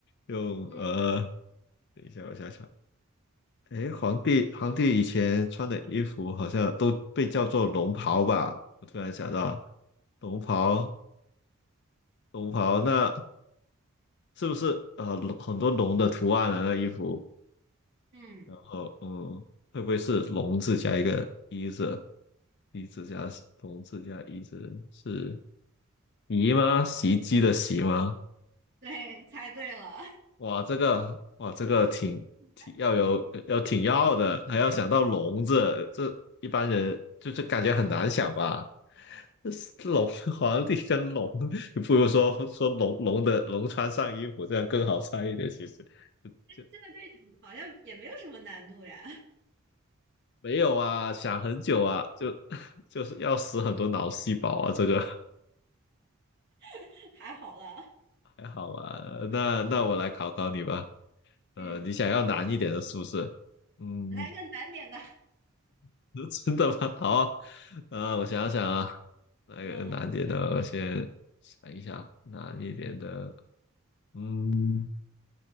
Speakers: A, on the left (about 55°); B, on the right (about 55°).
A: 用呃，
B: 嗯，
A: 等一下，我想想，诶，皇帝皇帝以前穿的衣服好像都被叫做龙袍吧？我突然想到，龙袍，龙袍，那是不是呃龙很多龙的图案啊？那衣服，
B: 嗯，
A: 然后嗯，会不会是龙字加一个一字？一字加同字加一字是姨吗？袭击的袭吗？
B: 对，猜对了。
A: 哇，这个哇，这个挺挺要有要挺要的，
B: <laughs>
A: 还要想到笼子，这一般人就是感觉很难想吧。这是龙 <laughs> 皇帝跟龙，你不如说说龙龙的龙穿上衣服，这样更好猜一点。其实就
B: 这个对你好像也没有什么难度呀，
A: 没有啊，想很久啊，就 <laughs> 就是要死很多脑细胞啊，这个
B: <laughs> 还好了。
A: <laughs> 还好吧？那那我来考考你吧。
B: 嗯，
A: 呃，你想要难一点的，是不是？嗯，
B: 来个难点的。
A: <laughs> 真的吗？好，呃，我想想啊，那个难点的，
B: 嗯
A: 我先想一想，难一点的，嗯，